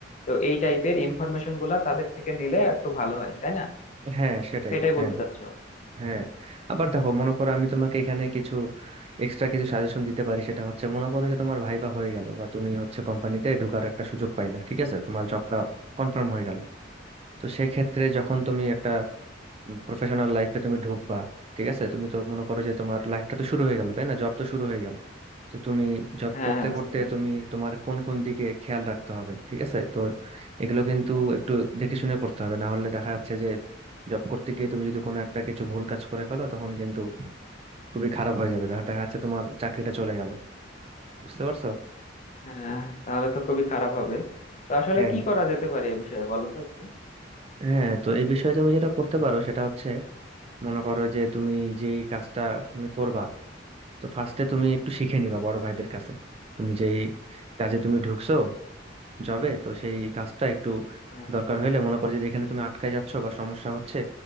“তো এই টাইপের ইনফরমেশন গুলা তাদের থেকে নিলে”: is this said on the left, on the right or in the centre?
Left